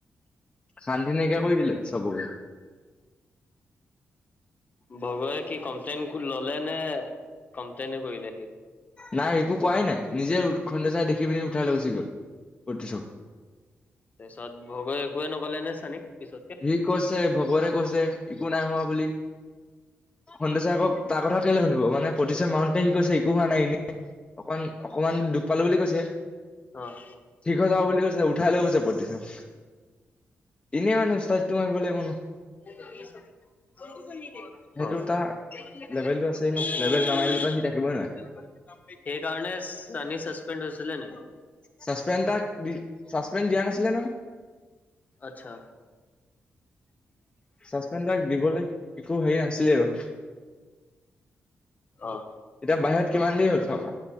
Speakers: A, on the left; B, on the left.
A: শান্তি নাইকিয়া কৰি দিলে চবৰে।
B: ভবয়ে কি কমপ্লেইন ললেনে, কমপ্লেইনে কৰিলে সি
A: নাই একো কোৱাই নাই, নিজে উটখন্দে চাই দেখি পিনি উঠাই লৈ গুচি গ'ল। ক'ত থৈছ?
B: তাৰপিছত ভবয়ে একোৱে নকলে নে? চানীক পিছতকে?
A: সি কৈছে ভগৰে কৈছে একো নাই হোৱা বুলি। খণ্ড চাৰে আকৌ তাৰ কথা কেলৈ শুনিব, মানে প্ৰতিচয় মাৰোনতে সি কৈছে একো হোৱা নাই, এনে অকমান অকমান দুখ পালো বুলি কৈছে
B: অ'
A: ঠিক হৈ যাব বুলি কৈছে, উঠাই লৈ গৈছে পতিচক। এনেই মানে উস্তাদীটো মাৰিব লাগিব নহ
B: <unintelligible> অহ, <unintelligible>
A: সেইটো তাৰ
B: সেই
A: লেভেলটো আছেই
B: কাৰণে
A: ন লেভেল নামাৰিলে তাত
B: চানি
A: সি থাকিবই নোৱাৰে
B: চাচপেন্দ হৈছিলে নেকি?
A: চাচপেন্দ তাক, চাচপেন্দ দিয়া নাছিলে নহয়।
B: আচ্ছা।
A: চাচপেন্দ তাক দিবলৈ একো হেৰি নাছিলে আৰু <inaudible>
B: অহ।
A: এতিয়া বাহিৰত কিমান দেৰি হ'ল। চাবা